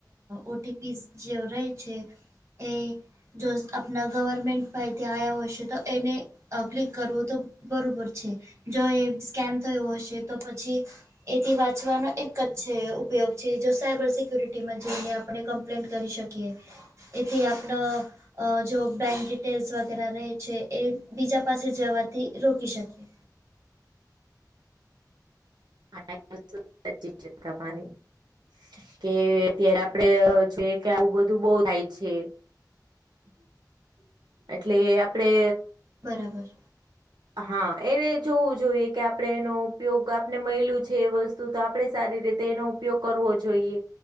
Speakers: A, on the right (about 40°); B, on the right (about 70°).
A: ઓટીપીઝ જે રહે છે એ જો આપણા ગવર્મેન્ટમાં ઈ તે આયા હશે તો એને અ ક્લિક કરવું તો બરોબર છે જો એ સ્કેમ થયો હશે તો પછી એથી વાંચવાનો એક જ છે ઉપયોગ છે જો સાયબર સિક્યુરિટીમાં જોઈને આપ આપણે કમ્પ્લેન્ટ કરી શકીએ. એથી આપન અ જો બેંક ડિટેલ્સ વગેરે રહે છે એ બીજા પાસે જવાથી રોકી શકીએ.
B: <inaudible> કે અત્યારે આપડે જોઈએ કે આવું બધું બઉ થાય છે. <inaudible> એટલે એ આપડે
A: બરાબર
B: હા, એવે જોવું જોઈએ કે આપણે એનો ઉપયોગ આપણે મયલું છે. એ વસ્તુ તો આપણે સારી રીતે એનો ઉપયોગ કરવો જોઈએ.